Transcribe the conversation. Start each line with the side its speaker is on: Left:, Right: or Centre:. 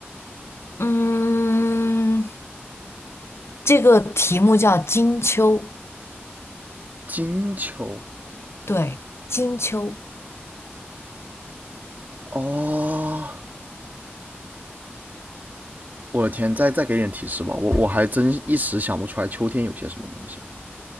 Left: 嗯，这个题目叫金秋，
Right: 金秋，
Left: 对，金秋。
Right: 哦，我的天，再再给点提示吧，我我还真一时想不出来秋天有些什么东西啊